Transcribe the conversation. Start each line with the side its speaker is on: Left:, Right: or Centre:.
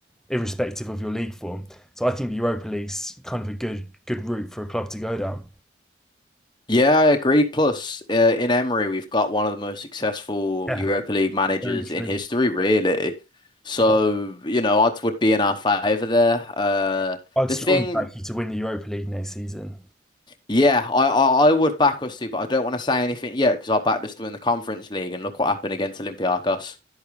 Centre: irrespective of your league form. So I think the Europa League's kind of a good good route for a club to go down.
Left: Yeah, I agree. Plus, uh, in Emery, we've got one of the most successful
Centre: Yeah,
Left: Europa League managers
Centre: very true.
Left: in history, really. So,
Centre: Yeah.
Left: you know, odds would be in our favor there. Uh,
Centre: I'd
Left: the
Centre: strongly
Left: thing,
Centre: back you to win the Europa League next season.
Left: yeah, I, I, I would back us too, but I don't want to say anything yet because I backed us to win the Conference League and look what happened against Olympiacos.